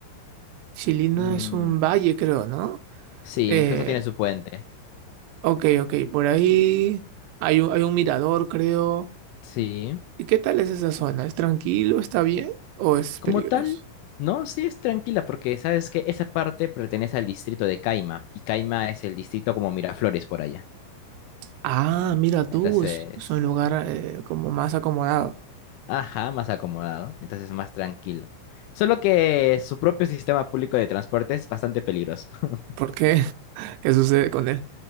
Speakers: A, on the right; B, on the left.
A: Chilina
B: Mm,
A: es un valle, creo, ¿no?
B: sí,
A: Eh,
B: incluso tiene su puente.
A: ok, ok, por ahí hay un, hay un mirador, creo
B: Sí.
A: ¿Y qué tal es esa zona? ¿Es tranquilo? ¿Está bien? ¿O es
B: Como
A: peligroso?
B: tal, no, sí es tranquila porque sabes que esa parte pertenece al distrito de Caima. Y Caima es el distrito como Miraflores por allá.
A: Ah, mira tú,
B: Entonces,
A: es, es un lugar eh, como más acomodado.
B: Ajá, más acomodado, entonces más tranquilo. Solo que su propio sistema público de transporte es bastante peligroso. <laughs>
A: ¿Por qué? <laughs> ¿Qué sucede con él?